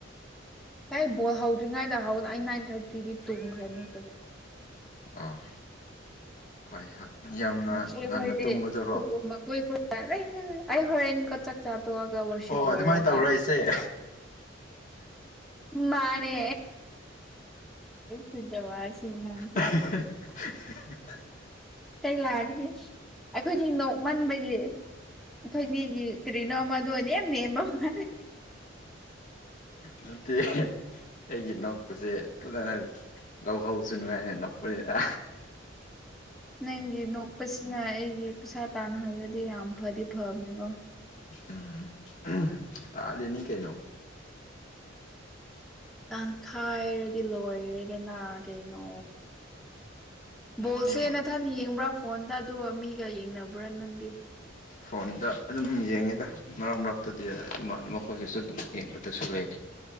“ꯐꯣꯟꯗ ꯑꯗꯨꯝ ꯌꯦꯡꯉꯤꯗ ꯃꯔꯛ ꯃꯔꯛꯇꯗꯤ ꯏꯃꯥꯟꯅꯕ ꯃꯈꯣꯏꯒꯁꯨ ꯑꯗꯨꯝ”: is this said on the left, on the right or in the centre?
Left